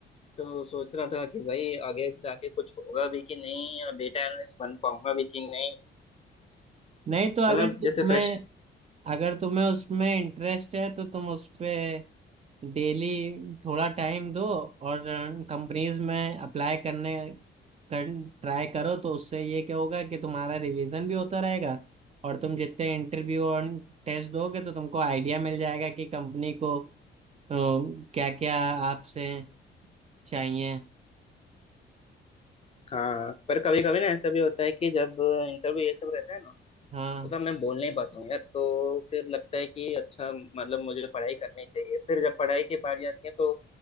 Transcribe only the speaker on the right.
नहीं तो अगर
तुम्हें
अगर तुम्हें उसमें इंटरेस्ट है तो तुम उस पे डेली थोड़ा टाइम दो और कंपनीज में अप्लाई करने कर ट्राई करो तो उससे ये क्या होगा कि तुम्हारा रिवीजन भी होता रहेगा और तुम जितने इंटरव्यू और टेस्ट दोगे तो तुमको आइडिया मिल जाएगा कि कंपनी को क्या क्या आपसे चाहिए
हाँ